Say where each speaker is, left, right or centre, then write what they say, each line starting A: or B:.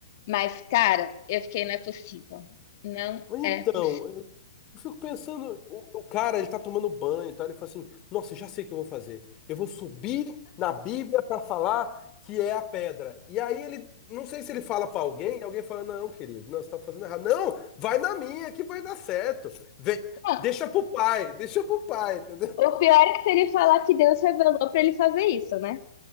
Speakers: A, on the left; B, on the left.
A: Mas, cara, eu fiquei, não é possível. Não
B: Mas então,
A: é possível.
B: Eu fico pensando, o, o cara, ele tá tomando banho e tal, ele fala assim, nossa, eu já sei o que eu vou fazer. Eu vou subir na Bíblia para falar que é a pedra. E aí ele, não sei se ele fala para alguém, e alguém fala, não, querido, não, você tá fazendo errado. Não, vai na minha que vai dar certo. Vem,
A: Não,
B: deixa pro pai, deixa pro pai, entendeu?
A: o pior é que se ele falar que Deus revelou pra ele fazer isso, né?